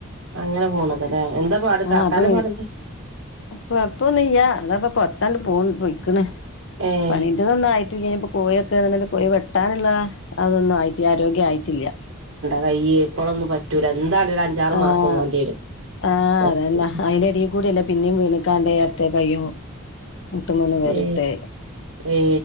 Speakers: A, on the right; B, on the left.
A: അങ്ങനെ പോണതല്ലേ എന്താ പാട്
B: ആ
A: കാക്കാനെ
B: അപ്പൊ
A: പാടന്താ?
B: കൊഴപ്പൊന്നുല്ല. അതപ്പൊ പൊത്താണ്ട് പോ പോയ്ക്കണ്
A: ഏഹ്
B: പണിന്റെന്നായിട്ടുല്ല. ഇപ്പോ പോയോക്ക കോഴി വെട്ടാനുള്ള അതൊന്നും ആയിട്ടില്ല ആരോഗ്യ ആയിട്ടില്ല.
A: കൈയ്യ് ഇപ്പോഴൊന്നും പറ്റൂല എന്താലും ഒരു അഞ്ചാറ്
B: ആ
A: മാസം വേണ്ടി വരും.
B: ആഹ്
A: റസ്റ്റ്
B: അതന്നാ അതിന്റെടിയിൽ കൂടല്ല പിന്നെയും വീണിക്കാണ്ട് ഇടത്തെ കയ്യും. മുട്ട്മന്ന് വേറ്ട്ട്
A: ഏ ഏ